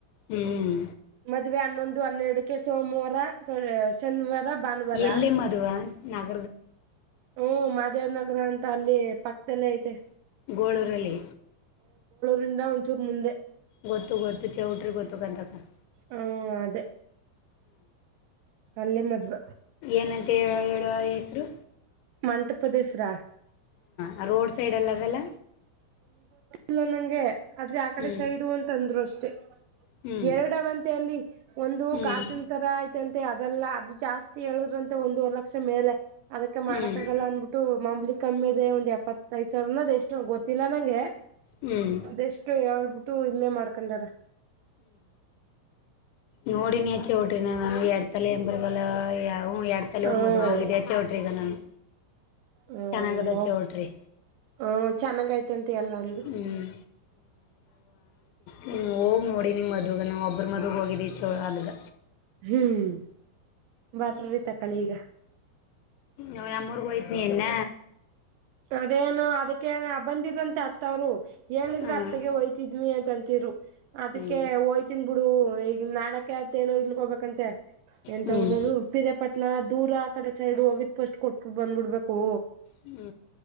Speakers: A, on the left; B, on the right.
A: ಹ್ಮ್
B: <inaudible> ಮದ್ವೆ ಹನ್ನೊಂದು ಹನ್ನೆರಡಕ್ಕೆ ಸೋಮವಾರ ಶನಿವಾರ ಭಾನುವಾರ
A: ಎಲ್ಲಿ ಮದ್ವ ನಾಗ
B: ಹ್ಮ್ ಮಾದೇವ್ ನಗರ ಅಂತ ಅಲ್ಲಿ ಪಕ್ಕದಲ್ಲೇ ಐತೆ
A: ಗೋಳರಲ್ಲಿ
B: ರಿಂದ ಒಂಚೂರ್ ಮುಂದೆ
A: ಗೊತ್ತು ಗೊತ್ತು ಚೌಟ್ರಿ ಗೊತ್ತುಕನ ತಕ್ಕ
B: ಹ್ಮ ಅದೇ ಅಲ್ಲೇ ಮದ್ವ
A: ಏನಂತೆ ಹೇಳ ಹೇಳುವ ಹೆಸ್ರು
B: ಮಂಟಪದ ಹೆಸ್ರ
A: ಆ ರೋಡ್ ಸೈಡ್ ಅಲ್ಲಿ ಅದಲ್ಲ
B: ಇಲ್ಲ ನಂಗೆ ಆದ್ರೆ ಆ ಕಡೆ
A: ಹ್ಮ್
B: ಸೈಡು ಅಂತ ಅಂದ್ರು ಅಷ್ಟೇ
A: ಹ್ಮ್
B: ಎರಡವಂತ ಅಲ್ಲಿ ಒಂದು
A: ಹ್ಮ್
B: ಗಾಜನಂತರ ಆಯ್ತ ಮ ಅದೆಲ್ಲ ಅದು ಜಾಸ್ತಿ ಹೇಳುದ್ರಂತೆ ಒಂದು ವರೆ ಲಕ್ಷ ಮೇಲೆ ಅದಕ್ಕೆ ಮಾಡಕ
A: ಹ್ಮ್
B: ಆಗಲ್ಲ ಅಂದ್ಬಿಟ್ಟು ಮಾಂಬ್ಲಿ ಕಮ್ಮಿ ಅದೆ ಒಂದ್ ಎಪ್ಪತ್ತೈದ್ ಸಾವರನದ್ ಎಷ್ಟ್ ಗೊತ್ತಿಲ್ಲ ನಂಗೆ
A: ಹ್ಮ್
B: ಅದೆಷ್ಟು ು ಇಲ್ಲೇ ಮಾಡ್ಕೊಂಡಾರ
A: ನೋಡಿ ನೀ ಚೌಟ್ರೆನ ನಮಗೆ ಎಡ್ ತಲೆ ಎಂಬರ್ಲ್ಲ ಯಾವ ಹ್ ಎರಡು ತಲವ್ರರು
B: ಹ್ಮ
A: ಮದುವೆಗೆ ಹೋಗಿದೆ ಚೌಟ್ರೆಗ ನಾನು
B: ಹ್ಮ
A: ಚೆನ್ನಾಗದ ಚೌಟ್ರಿ
B: ಹ ಚೆನ್ನಾಗಐತೆಂತ ಎಲ್ಲ ಅಂದ್ರು
A: ಹ್ಮ್ ಹ್ಮ್ ಹೋಗ್ ನೋಡಿ ನಿಮ್ ಮದುಗ ಒಬ್ಬ್ರ ಮದುಗ ಹೋಗಿದಿ ಚ ಅಲ್ಲಿಗ
B: ಹ್ಮ್ ಬರ್ರ ತಕಳಿ ಈಗ
A: ಅವ ನಮ್ಮೂರು ಬಯಟ್ನಿನ್ನ
B: ಅದೇನು ಅದಕ್ಕೆ ಬಂದಿದರಂತೆ ಅತ್ತ ಅವ್ರು ಹೇಳಿದ್ರೆ
A: ಹ್ಮ್
B: ಅತ್ತಗೆ ಹಯ್ತಿದ್ವಿ ಅಂತಂತ ಹ ತಿರು ಅದಕ್ಕೆ
A: ಹ್ಮ್
B: ಹೋಯ್ತನ್ ಬಿಡು ಈ ನಾಳಕ ಅತ್ ಏನೋ ಇಲ್ ಹೋಗಬೇಕಂತೆ ಎಂತ
A: ಹ್ಮ್
B: ಅವರದು ಪಿರಿಯಾಪಟ್ಣ ದೂರ ಆ ಕಡೆ ಸೈಡು ಅವಗತ್ ಸ್ಟ್ ಕೊಟ್ಟು ಬಂದ್ಬಿಡ್ಬೇಕು
A: ಹ್ಮ